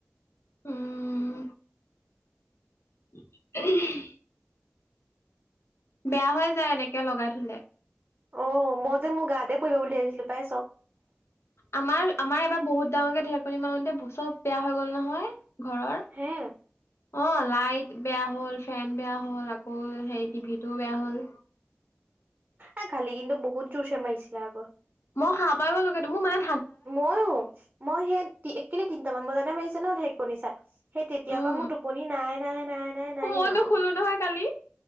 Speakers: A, on the left; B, on the right.
A: উম <inaudible> বেয়া হৈ যায় এনেকে লগাই থলে।
B: অ', মই যে মোৰ গাতে পঢ়িব বুলি ভাবিছিলোঁ পাই চব।
A: আমাৰ আমাৰ এবাৰ বহুত ডাঙৰকে ধেৰকনি মাৰতে ব চব বেয়া হৈ গল নহয়। ঘৰৰ অ',
B: হে
A: লাইট বেয়া হ'ল ফেন বেয়া হ'ল আকৌ সেই টিভিটো বেয়া হ'ল।
B: আ, কালি কিন্তু বহুত জোৰ চে মাৰছিলে আকৌ।
A: মই হাৰ পাই গ'লোঁগৈ মোৰ মায়ে
B: ময়ো মই সেই একেলি তিনটামান বাজাটে মাৰিছে ন ঢেৰেকনি চাত। সেই তেতিয়াবা
A: উম
B: মোৰ টোপনি নাই - নাই - নাই - নাই - নাইয়ে
A: ময়ো নুশুলো
B: আৰু।
A: নহয় কালি